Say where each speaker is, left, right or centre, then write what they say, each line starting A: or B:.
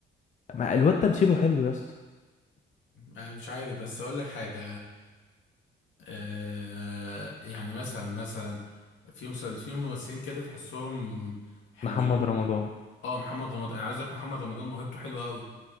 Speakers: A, on the left; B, on the left.
A: ما الواد تمثيله حلو يا اسطى
B: أنا مش عارف بس اقول لك حاجه آه يعني مثلا مثلا في مسل في ممثلين كده تحسهم حلوين
A: محمد
B: وكل
A: رمضان
B: اه محمد رمضان انا عايز اقول لك محمد رمضان موهبته حلوه قوي